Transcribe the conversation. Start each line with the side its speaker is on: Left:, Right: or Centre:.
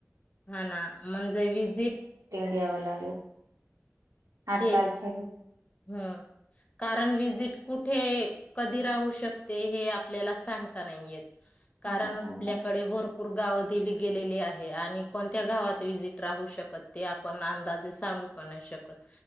Left: हा ना म्हणजे विजिट
Right: द्यावलागल आठ
Left: तेच
Right: तारखेल
Left: हम्म कारण विजिट कुठे कधी राहू शकते. हे आपल्याला सांगता नाही येत. कारण
Right: सांगितलं
Left: आपल्याकडे भरपूर गावं दिली गेलेली आहे. आणि कोणत्या गावात विजिट राहू शकत ते आपण अंदाजे सांगू पण नाही शकत.